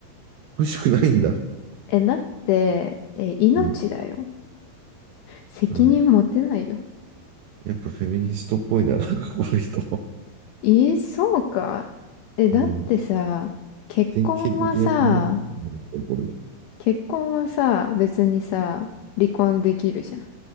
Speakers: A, on the right; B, on the left.
A: 欲しくないんだ。
B: え、だって、え、命だよ。
A: うん、
B: 責任持てないよ。
A: うん。やっぱフェミニストっぽいな、なんかこの人。
B: えそうか。え、だってさ、
A: うん。
B: 結婚はさ、
A: 典型的なフェミニストなんだ、これ。
B: 結婚はさ、別にさ、離婚できるじゃん。